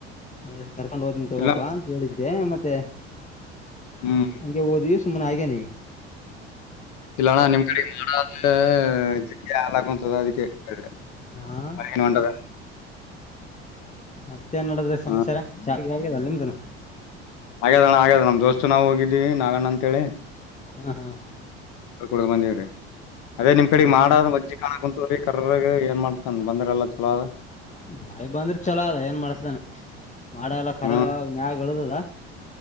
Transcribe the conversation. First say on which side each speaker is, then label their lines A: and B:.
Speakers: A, on the left; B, on the left.
A: ಹಾ <unintelligible> ಕರ್ಕೊಂಡ್ ಹೋಗತೀನಿ ತಗೋಪ್ಪಾ
B: ಇಲ್ಲ
A: ಅಂತ ಹೇಳಿದ್ದೆ ಮತ್ತೆ.
B: ಹ್ಮ್
A: ಹಂಗೆ ಓದ್ವಿ. ಸುಮ್ಮನ ಆಗ ನೀ.
B: ಇಲ್ಲಣ ನಿಮ್ ಕಡೆ ಮಾಡ. ಹಾ ಯ <unintelligible> ಆಾಗಂತದ ಅದಕ್ಕೆ. ಹ <unintelligible>
A: ಹಾ
B: ಬನುೊಂಡದ
A: ಮತ್ತ <unintelligible> ಮತ್ತೆ ನಡದ್ರೆ ಸಮಾಚಾರ.
B: ಹ
A: ಹ <unintelligible> ಗ್ಯದಲ್ಲ ನಿಮ್ದನು.
B: ಹಾಗ್ಯದಣ್ಣ ಹಾಗ್ಯದಣ ನಮ್ ದೋಸ್ತ ನಾವು ಹೋಗಿದ್ದೀವಿ ನಾಗಣ್ಣ ಅಂತ ಹೇಳಿ.
A: ಹ್ಮ ಹಾ
B: ಹ ಕುಡುದ್ ಬಂದಿವ್ರೀ ಅದೇ ನಿಮ್ ಕಡೆಗ್
A: ಹೌದಾ
B: ಮಾಡದ ಮಜ್ಜಿ ಕಾಣಕ ಕುಂತ್ರೀ ಕರ್ರಾಗ ಏನ್ ಮಾಡ್ತಾನ ಬಂದ್ರ ಎಲ್ಲಾ ಚಲೋ.
A: ಮಳೆ ಬಂದ್ರ ಚಲೋ ಅದ ಏನ್ ಮಾಡ್ತೇನ ಮಾಡ ಎಲ್ಲ ಕರ
B: ಹ್ಮ್
A: ಮ್ಯಾಗ ಇಳದದ